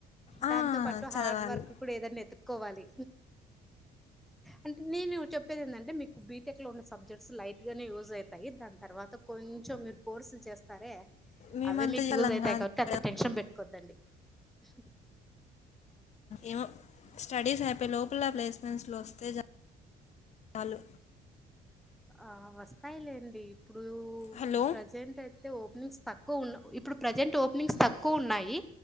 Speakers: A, on the left; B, in the centre.
A: ఆ!
B: దాంతో పాటు
A: చదవాలి.
B: హార్డ్ వర్క్ కూడ ఏదన్నా ఎతుక్కోవాలి అంటే నేను చెప్పేది ఏంటంటే మీకు బీటెక్ లో ఉన్న సబ్జెక్ట్స్ లైట్ గానే యూజ్ అవుతాయి దాని తర్వాత కొంచెం మీరు కోర్సులు చేస్తారే
A: మేమంత
B: అవే మీకు
A: చేసేవాళ్ళం
B: యూజ్ అవుతాయి
A: కాదు
B: కాబట్టి అంత
A: మేడం.
B: టెన్షన్ పెట్టుకోద్దండి డి
A: ఏమో స్టడీస్ అయిపోయి లోపల ప్లేస్ మెంట్స్ లో వస్తే చాలు
B: ఆ వస్తాయిలేండి ఇప్పుడు
A: హలో!
B: ప్రెజెంట్ అయితే ఓపెనింగ్స్ తక్కువ ఉన్ ఇప్పుడు ప్రజెంట్ ఓపెనింగ్స్ తక్కువ ఉన్నాయి